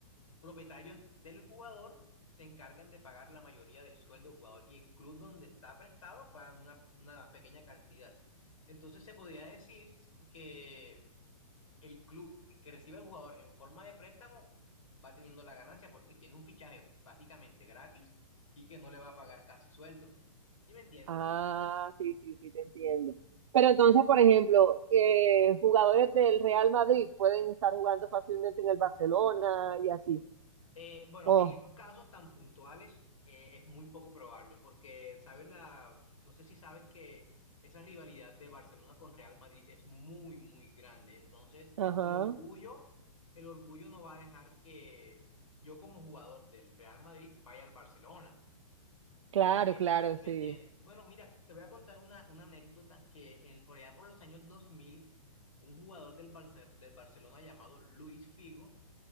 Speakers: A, on the left; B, on the right.
A: propietarios del jugador se encargan de pagar la mayoría del sueldo del jugador y el club donde está prestado pagan una, una pequeña cantidad. Entonces se podría decir que el club que recibe al jugador en forma de préstamo va teniendo la ganancia porque tiene un fichaje básicamente gratis y que no le va a pagar casi sueldo. ¿Sí me entiendes?
B: Ah, sí, sí, sí, te entiendo. Pero entonces, por ejemplo, eh, jugadores del Real Madrid pueden estar jugando fácilmente en el Barcelona y así.
A: Eh, bueno,
B: Oh,
A: en esos casos tan puntuales eh, es muy poco probable, porque sabes la, no sé si sabes que esa rivalidad de Barcelona con Real Madrid es muy, muy grande. Entonces,
B: ajá.
A: el orgullo, el orgullo no va a dejar que yo como jugador del Real Madrid vaya al Barcelona,
B: Claro,
A: porque,
B: claro,
A: ¿sí
B: sí.
A: me entiendes? Bueno, mira, te voy a contar una, una anécdota que en, el- por allá por los años dos mil un jugador del, Barce- del Barcelona llamado Luis Figo